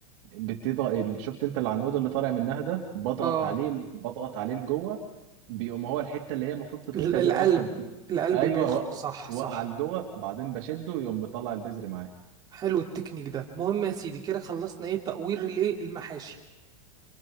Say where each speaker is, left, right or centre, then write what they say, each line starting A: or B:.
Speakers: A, on the right (about 55°); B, on the right (about 20°).
A: بتضغط ال- شفت انت العنقود اللي طالع منها ده بضغط
B: اه
A: عليه بضغط عليه لجوه بيقوم هو الحتة اللي هي المفروض تتقطع
B: ال-
A: دي
B: القلب
A: اصلا
B: القلب
A: ايوه
B: بيخرج
A: وق-
B: صح
A: وقع
B: صح
A: لجوه بعدين بشده يقوم مطلع البذر معاه
B: حلو التكنيك ده مهم يا سيدي كده خلصنا ايه تقوير الايه المحاشي